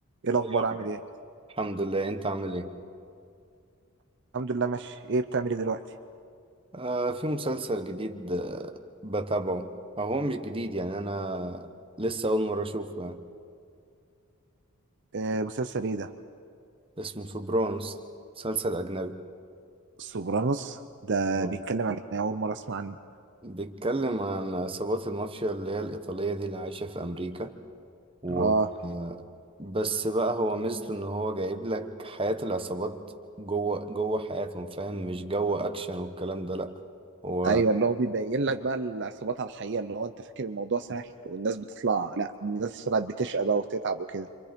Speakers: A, on the right; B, on the right.
A: ايه الاخبار
B: اليوم.
A: عامل ايه
B: الحمد لله انت عامل ايه
A: الحمد لله ماشي ايه بتعمل ايه دلوقتي
B: آه في مسلسل جديد آه بتابعه او هو مش جديد يعني انا لسه اول مرة اشوفه يعني
A: آه مسلسل ايه ده
B: اسمه سوبرانوس مسلسل اجنبي
A: سوبرانوس ده
B: مم.
A: بيتكلم عن ايه اول مره اسمع عنه
B: بيتكلم عن عصابات المافيا اللي هي الايطالية دي اللي عايشة في امريكا و...
A: اه
B: بس بقى هو ميزته ان هو جايب لك حياة العصابات جوه جوه حياتهم فاهم مش جو اكشن والكلام ده لا هو
A: ايوه اللي هو بيبين لك بقى العصابات على الحقيقه اللي هو انت فاكر الموضوع سهل والناس بتطلع لا الناس طلعت بتشقى بقى وتتعب وكده